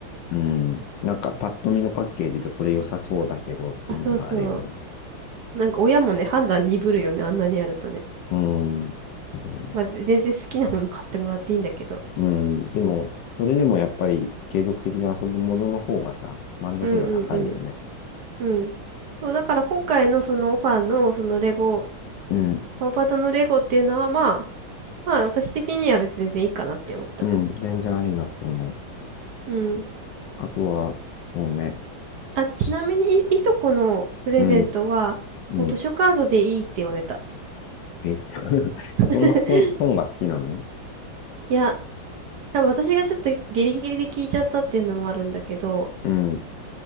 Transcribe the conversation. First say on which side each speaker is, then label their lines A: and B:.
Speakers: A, on the left; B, on the right.
A: うん。なんかパッと見のパッケージでこれ良さそうだけどっていうのがあるよね。
B: あ、そうそう。なんか親もね、判断鈍るよね。あんなにあるとね。
A: うん。そうだよね。
B: まあ、全然好きなもの買ってもらっていいんだけど。
A: うん。でも、それでもやっぱり継続的に遊ぶものの方がさ、満足度は高いよね。
B: うんうんうん。うん。そう、だから今回のそのオファーのそのレゴ、
A: うん。
B: パウパトのレゴっていうのはまあ、まあ私的には別に全然いいかなって思った。
A: うん。全然ありだと思う。
B: うん。
A: あとは、そうね、
B: あ、でちなみにい、
A: し
B: いとこのプレゼントは、
A: うん、うん、
B: もう図書カードでいいって言われた。
A: え、<laughs>
B: <laughs>
A: そんな本、本が好きなの
B: いや、多分私がちょっとギリギリで聞いちゃったっていうのもあるんだけど、
A: うん、